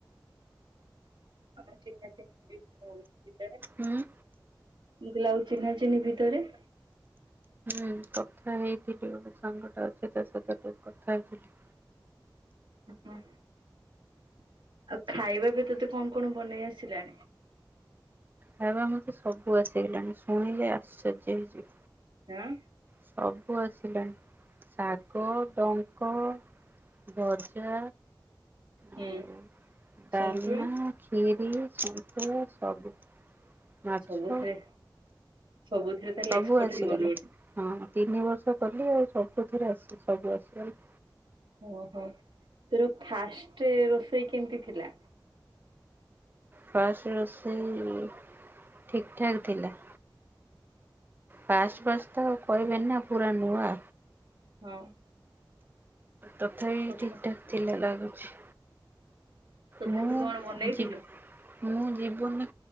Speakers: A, on the right (about 80°); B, on the right (about 25°).
A: ଆମ ଚିହ୍ନା ଚିହ୍ନି <unintelligible> ଥିବେ।
B: ହୁଁ
A: ମୁଁ କହିଲି ଆଉ ଚିହ୍ନା ଚିହ୍ନି ଭିତରେ
B: ଏ କଥା ହେଇକି ଟି ଗୋଟେ ସାଙ୍ଗଟେ ଅଛି ତା ସହିତ ଟିକେ କଥା ହେଇଥିଲି।
A: ଆଉ ଖାଇବା ବି ତତେ କଣ କଣ ବନେଇ ଆସିଲା?
B: ଖାଇବା ମତେ ସବୁ ଆସିଗଲାଣି ଶୁଣିଲେ ଆଶ୍ଚର୍ଯ୍ୟ ହେଇଯି
A: ଏଅଁ
B: ସବୁ ଆସିଲାଣି ଶାଗ, ଡଙ୍କ ଭଜା ଆଉ
A: ହୁଁ
B: ଡାଲମା
A: ସନ୍ତୁଳା
B: ଖିରି, ସନ୍ତୁଳା ସବୁ ମାଛ।
A: ସବୁଥିରେ ସବୁଥିରେ ତାହେଲେ
B: ସବୁ
A: ଏକ୍ସପର୍ଟ
B: ଆସିଗଲା।
A: ହେଇଗଲୁଣି?
B: ହଁ ତିନି ବର୍ଷ କଲି ଆଉ ସବୁଥିରେ ଆସି ସବୁ ଆସିଲାଣି।
A: ଓହୋ ତୋର ଫାଷ୍ଟେ ରୋଷେଇ କେମତି ଥିଲା?
B: ଫାଷ୍ଟେ ରୋଷେଇ ଠିକ୍ ଠାକ୍ ଥିଲା। ଫାଷ୍ଟ୍ ଫାଷ୍ଟ୍ ତ ଆଉ କହିବେନି ନା ପୁରା ନୂଆ।
A: ହଁ।
B: ତଥାପି
A: ତଥା
B: ଠିକ୍ ଠାକ୍ ଥିଲା ଲାଗୁଛି।
A: ତଥାପି
B: ମୁଁ
A: କଣ
B: ଆ
A: ବନେଇଥିଲୁ?
B: ଯି ମୁଁ ଜୀବନରେ